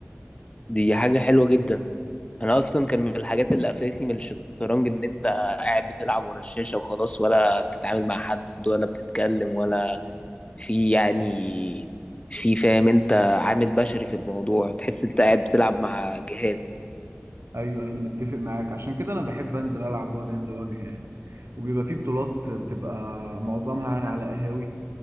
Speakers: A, on the left; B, on the right.
A: دي حاجة حلوة جدا أنا أصلا كان من الحاجات اللي قفلتني من الشطرنج إن أنت قاعد بتلعب ورا الشاشة وخلاص ولا بتتعامل مع حد ولا بتتكلم ولا في يعني في فاهم أنت عامل بشري في الموضوع تحس أنت قاعد بتلعب مع جهاز
B: أيوه أيوه، أنا متفق معاك عشان كده أنا بحب أنزل ألعب وجها لوجه يعني وبيبقى فيه بطولات بتبقى معظمها يعني على قهاوي